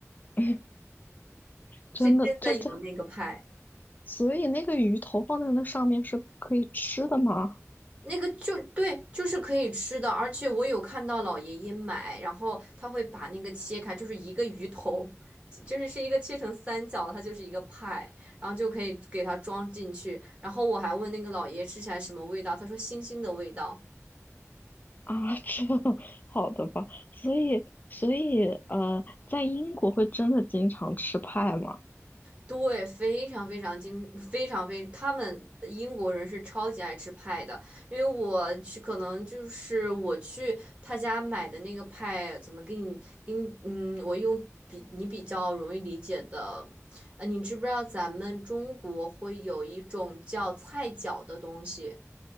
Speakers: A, on the left; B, on the right.
A: <laughs> 真的，
B: 是真的有那个派。
A: 这这，所以那个鱼头放在那上面是可以吃的吗？
B: 那个就对，就是可以吃的，而且我有看到老爷爷买，然后他会把那个切开，就是一个鱼头，<laughs> 就是是一个切成三角，它就是一个派，然后就可以给它装进去。然后我还问那个老爷爷吃起来什么味道，他说腥腥的味道。
A: <laughs> 啊，这 <laughs> 好的吧。所以，所以呃，在英国会真的经常吃派吗？
B: 对，非常非常精，非常非，他们英国人是超级爱吃派的，因为我去，可能就是我去他家买的那个派，怎么给你，给你嗯，我用比你比较容易理解的，呃，你知不知道咱们中国会有一种叫菜饺的东西？